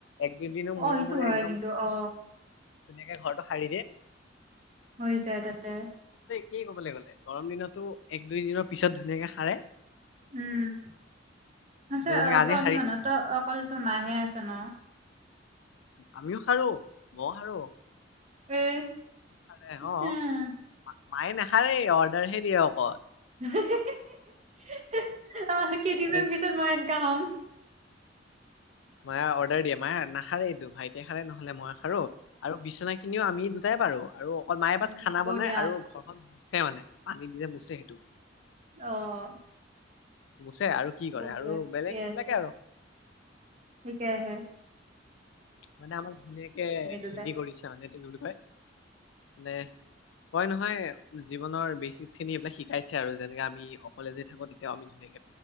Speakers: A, on the left; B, on the right.
A: এক দুদিনো মূৰে
B: অ সেইটো
A: -মূৰে
B: হয়
A: একদম
B: কিন্তু অ
A: ধুনীয়াকে ঘৰটো হয় নেকি?
B: হৈ যায় তাতে
A: কি কবলৈ গ'লে গৰম দিনতো এক দুই দিনৰ পিছত ধুনীয়াকে সাৰে
B: উম
A: এতিয়া
B: ছোৱালী
A: যেনেকে আজি সাৰিছে
B: মানুহতো অ অকলো মাহে আছে ন?
A: আমিও সাৰো ঘৰ সাৰো।
B: এ
A: খালে অহ
B: উম
A: মায়ে নাখায়েই অৰ্ডাৰ হে দিয়ে অকল।
B: হি হি হি হি হি অ কি দিনমান
A: আৰে
B: পিছত মই কাম
A: মায়ে অৰ্ডাৰ দিয়ে মায়ে নাখা ৰেটো এইটো ভাইট নেখালে নহলে মইয়ে খাও আৰু বিচনা খিনিও আমি দুটাই পাৰো আৰু অকল মায়ে
B: উম
A: বাছ খানা
B: বঢ়িয়া
A: বনায় আৰু ঘৰখন নহয় মানে পানীত যে মুছে সেইটো
B: অহ
A: মুচে আৰু কি কৰে
B: বঢ়িয়া
A: আৰু
B: ঠিকে
A: বেলেগ সেইবিলাকে
B: আছে
A: আৰু
B: ঠিকে আহে
A: মানে আমাক ধুনীয়াকে
B: দুটাই।
A: হেৰি কৰিছা মানে তুমি বুলি কয় মানে কয় নহয় জীৱনৰ বেচিক শ্ৰেণী এইবিলাক শিকাইছে আৰু যেনেকে আমি অকলে যে থাকো তেতিয়াও আমি ধুনীয়াক